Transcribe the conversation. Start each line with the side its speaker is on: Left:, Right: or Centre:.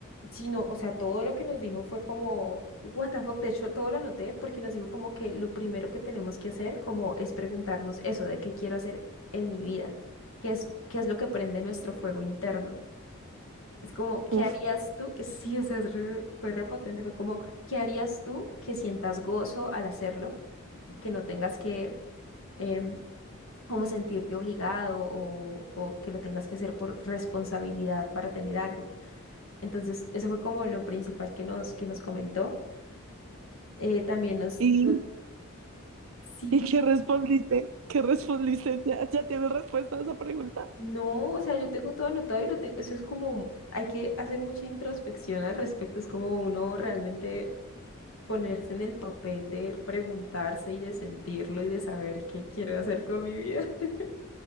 Left: sino, o sea, todo lo que nos dijo fue como, what the fuck, de hecho, todo lo anoté porque nos dijo como que lo primero que tenemos que hacer como es preguntarnos eso de qué quiero hacer en mi vida, qué es, qué es lo que prende nuestro fuego interno. Es como, ¿qué
Right: uf.
Left: harías tú? <laughs> Sí, o sea, es re- fue repotente, fue como, ¿qué harías tú que sientas gozo al hacerlo y que no tengas que, em, como sentirte obligado o, o que lo tengas que hacer por responsabilidad para tener algo? Entonces, eso fue como lo principal que nos, que nos comentó. Eh, también nos,
Right: ¿Y,
Left: nos- sí,
Right: y qué respondiste? ¿Qué respondiste? ¿Ya, ya tienes respuesta a esa pregunta?
Left: no, o sea, yo tengo todo anotado y lo tengo, eso es como, hay que hacer mucha introspección al respecto, es como uno realmente ponerse en el papel de preguntarse y de sentirlo y de saber qué quiero hacer con mi vida <laughs>